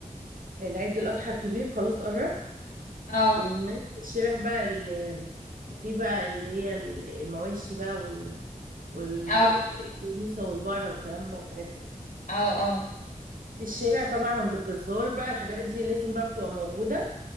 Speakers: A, on the right; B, on the left.
A: العيد الاضحى الكبير خلاص قربت
B: اه
A: والناس في الشارع بقى ال- في بقى اللي هي ال- المواشي بقى وال والجاموسه
B: اه
A: والبقره والكلام ده والحاجات دي
B: اه اه
A: في الشارع طبعا عند الجزار بقى الحاجات دي لازم بقى بتبقى موجودة